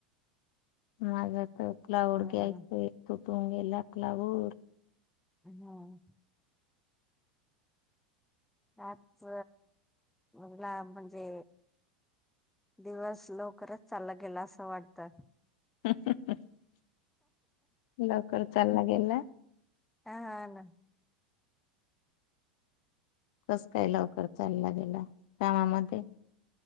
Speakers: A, on the left; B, in the centre.
A: माझा तर. <unintelligible>
B: हम्म
A: घ्यायचंय त पावणे लाखला वर
B: हम्म आज मला म्हणजे दिवस लवकरंच चालला गेलं असं वाटतं.
A: <unintelligible> लवकर चालला गेला
B: हा ना.
A: कसं काय लवकर चालला गेला कामामध्ये